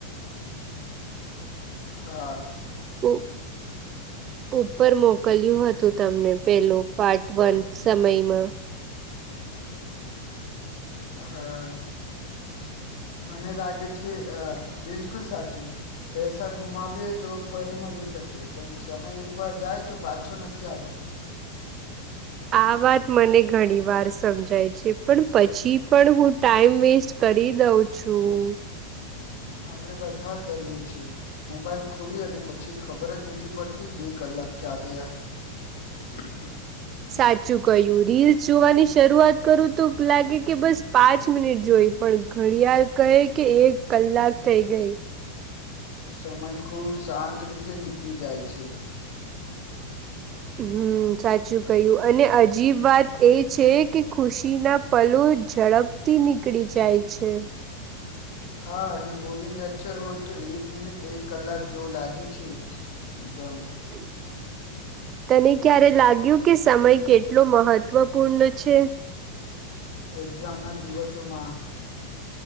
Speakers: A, on the left; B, on the right.
A: હા.
B: ઓ! ઉપર મોકલ્યું હતું તમને પેલો પાર્ટ વન સમયમાં.
A: હા, મને લાગે છે અહ બિલકુલ સાચું. પૈસા ગુમાવીએ તો ફરી મલી શકે પણ સમય એક વાર જાય તો પાછું નથી આવતું.
B: આ વાત મને ઘણી વાર સમજાય છે પણ પછી પણ હું ટાઈમ વેસ્ટ કરી દઉં છું.
A: આપડે બધા કરીએ છીએ મોબાઈલ ખોલી અને પછી ખબર જ નથી પડ થી બે કલાક ક્યાં ગયા. હમ્મ.
B: સાચું કહ્યું રીલ્સ જોવાની શરૂઆત કરું તો લાગે કે બસ પાંચ મિનિટ જોઈ પણ ઘડિયાળ કહે કે એક કલાક થઇ ગઈ.
A: સમય ખૂબ શાંત રીતે નીકળી જાય છે.
B: હમ્મ. સાચું કયું અને અજીબ વાત એ છે કે ખુશી ના પલો ઝડપ તી નીકળી જાય છે.
A: હા અને બોર્ડિંગ લેક્ચર હોય તો એક મિનિટ એક કલાક જેવો લાગે છે એકદમ.
B: <inaudible> તને ક્યારે લાગ્યું કે સમય કેટલો મહત્વપૂર્ણ છે?
A: એક્ઝામ ના દિવસોમાં.